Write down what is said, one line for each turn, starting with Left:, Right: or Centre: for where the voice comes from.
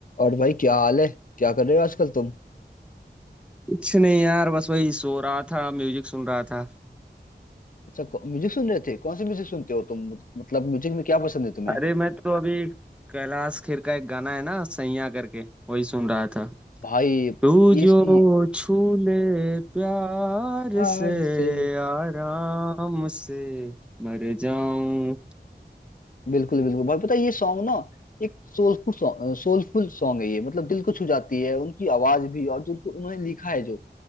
Left: और भाई क्या हाल है क्या कर रहे हो आजकल तुम
Centre: कुछ नहीं यार बस वही सो रहा था म्यूजिक सुन रहा था
Left: अच्छा कौ- म्यूजिक सुन रहे थे कौन सी म्यूजिक सुनते हो तुम मतलब म्यूजिक में क्या पसंद है तुम्हें
Centre: अरे मैं तो अभी कैलाश खेर का एक गाना है ना सैया करके वही सुन रहा था
Left: भाई
Centre: तू
Left: ये,
Centre: जो
Left: ये
Centre: छू ले प्यार
Left: प्यार
Centre: से
Left: से
Centre: आराम से मर जाऊं
Left: बिल्कुल बिल्कुल भाई पता है ये सॉन्ग ना एक सोलफुल सॉन्ग सोलफुल सॉन्ग है ये मतलब दिल को छू जाती है उनकी आवाज भी और जो उनको उन्होंने लिखा है जो